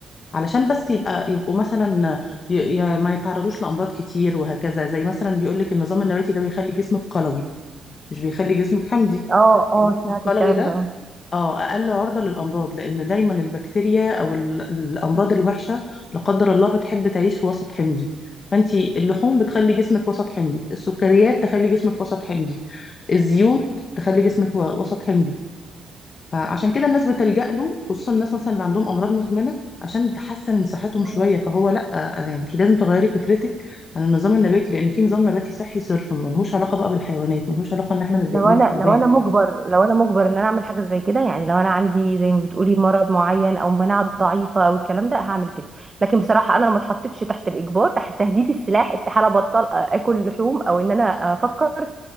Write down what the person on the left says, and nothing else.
علشان بس يبقى يبقوا مثلا ي... ي... ما يتعرضوش لأمراض كتير وهكذا زي مثلا بيقول لك النظام النباتي ده بيخلي جسمك قلوي مش بيخلي جسمك حمضي
الجسم
القلوي
ده
اه أقل عرضة للأمراض لأن دايما البكتيريا أو ال... الأمراض الوحشة لا قدر الله بتحب تعيش في وسط حمضي فانت اللحوم بتخلي جسمك وسط حمضي السكريات تخلي جسمك وسط حمضي الزيوت تخلي جسمك و- وسط حمضي فعشان كده الناس بتلجأ له خصوصا الناس مثلا اللي عندهم امراض مزمنه عشان تحسن صحتهم
شويه فهو لا آه، يعني انت لازم تغيري فكرتك عن النظام النباتي لان في نظام نباتي صحي صرف ملهوش علاقه بقى بالحيوانات ملهوش علاقه ان احنا متضايقين
من الحيوان